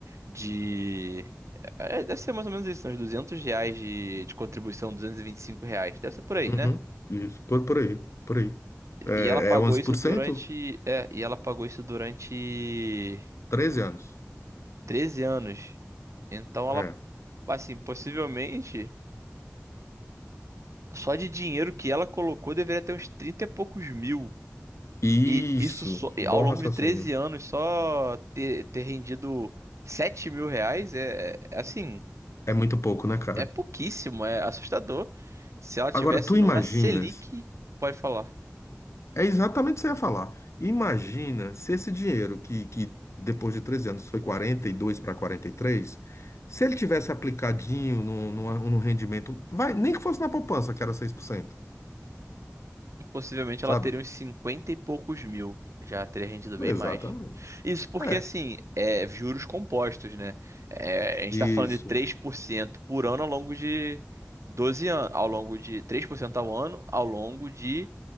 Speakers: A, on the right (about 65°); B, on the left (about 60°).
A: de... é, é, deve ser mais ou menos isso, né? uns 200 reais de, de contribuição, 225 reais. Deve ser por aí,
B: Uhum,
A: né?
B: isso, por, por aí, por aí. É,
A: E ela pagou
B: é onze
A: isso
B: por
A: durante...
B: cento
A: É, e ela pagou isso durante
B: 13 anos.
A: 13 anos. Então, ela,
B: É.
A: assim, possivelmente... Só de dinheiro que ela colocou deveria ter uns 30 e poucos mil.
B: Isso,
A: E isso só, e
B: bom
A: ao longo
B: raciocínio.
A: de 13 anos só ter, ter rendido 7 mil reais é, é assim,
B: É muito pouco, né, cara?
A: é pouquíssimo, é assustador. Se ela tivesse
B: Agora, tu
A: numa
B: imaginas,
A: Selic, pode falar.
B: é exatamente o que você ia falar. Imagina se esse dinheiro, que, que depois de 13 anos foi 42 para quarenta e três se ele tivesse aplicadinho no, numa- num rendimento, vai, nem que fosse na poupança, que era seis por cento
A: Possivelmente
B: sabe?
A: ela teria uns 50 e poucos mil. Já teria rendido bem
B: Exatamente.
A: mais. Isso porque,
B: É,
A: assim, é juros compostos, né? É, a gente
B: isso,
A: tá falando de três por cento por ano ao longo de 12 anos. Ao longo de 3% ao ano ao longo de